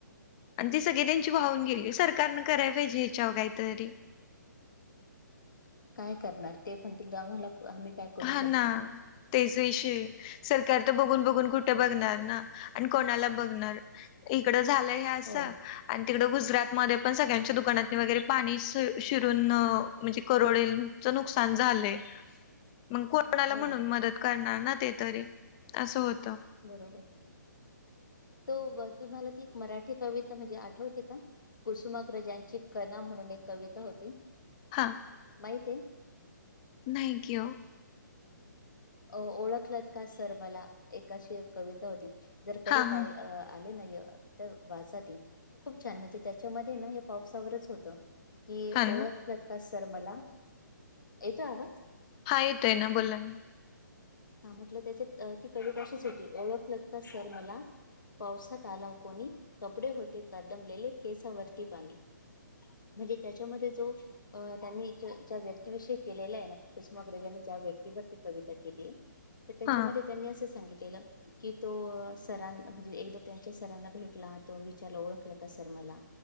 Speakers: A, on the left; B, on the left.
A: आणि ती सगळी त्यांची वाहून गेली, सरकारनं करायला पाहिजे हेच्यावर काहीतरी.
B: काय करणार ते पण, तिला आम्हाला आम्ही. काय करू
A: हां
B: शकतो
A: ना. तेच विषय सरकार तर, बघून बघून कुठे बघणार ना आणि कोणाला बघणार. इकडं झालं हे असं.
B: हो
A: आणि तिकडं गुजरातमध्ये पण सगळ्यांच्या, दुकानातनी वगैरे पाणी शिरून म्हणजे करोडेल. चा नुकसान झालंय. मग कोणाला
B: हो
A: म्हणून मदत करणार ना, ते तरी असं होतं.
B: बरोबर तो तुम्हाला, ती एक मराठी कविता म्हणजे आठवते का. कुसुमागक्रजांची कना म्हणून एक कविता होती.
A: हां.
B: माहिती
A: नाही की ओ.
B: अ ओळखलत का सर मला एका अशी कविता होती. जर कधी,
A: हा
B: पाय
A: हा
B: आले ना य. तर वाचात खूप छान म्हणजे, त्याच्यामध्ये ना हे पावसावरच होत की
A: हा
B: ओळख.
A: ना
B: ओळखलं का सर मला, येतो आवाज.
A: हा येतोय ना, बोला ना.
B: हा म्हटलं त्याच्यात ती कवी तशीच होती. ओळखलत का सर मला? पावसात आला कोणी कपडे होते कदमलेले केसावरती पाणी. म्हणजे त्याच्यामध्ये जो अं त्यांनी ज्या व्यक्तीविषयी केलेल्या आहे ना कुसमाग्रजांनी ज्या व्यक्तीवरती कवि त केली, तर त्याच्यामध्ये
A: हा
B: त्यांनी असं सांगितलेलं. कि तो सरां म्हणजे एकदा त्यांच्या सरांना भेटला, तो विचारला ओळखलं का सर मला?